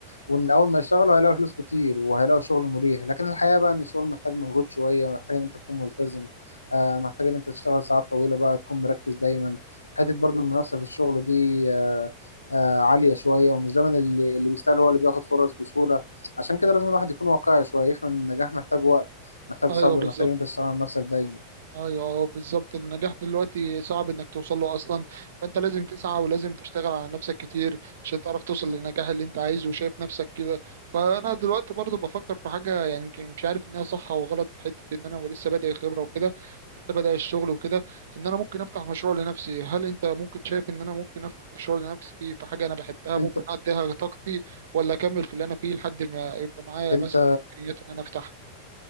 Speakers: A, on the left; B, on the right.
A: وإن أول ما يشتغلوا هيلاقوا فلوس كتير وهيلاقوا شغل مريح لكن الحقيقة بقى إن الشغل محتاج مجهود شوية ومحتاج إن أنت تكون ملتزم آه محتاج إن أنت تشتغل ساعات طويلة بقى تكون مركز دايما حتة برضو المنافسة في الشغل دي آه آه عالية شوية ومش دايما اللي اللي بيستاهل هو اللي بياخد فرص بسهولة عشان كده لازم الواحد يكون واقعي شويه يفهم ان النجاح محتاج وقت محتاج
B: ايوه
A: صبر
B: بالظبط
A: محتاج ان انت تشتغل على نفسك دايما
B: ايوه أه، بالظبط النجاح دلوقتي صعب انك توصل له اصلا فانت لازم تسعى ولازم تشتغل على نفسك كتير عشان تعرف توصل للنجاح اللي انت عايزه وشايف نفسك كده فانا دلوقتي برضو بفكر في حاجه يعني يمكن مش عارف انها صح او غلط في حته ان انا لسه بادئ خبره وكده لسه بادئ الشغل وكده ان انا ممكن افتح مشروع لنفسي هل انت ممكن شايف ان انا ممكن افتح مشروع لنفسي في حاجه انا بحبها ممكن
A: انت
B: اديها طاقتي ولا اكمل في اللي انا فيه لحد ما يبقى معايا
A: انت
B: مثلا امكانيات ان انا افتح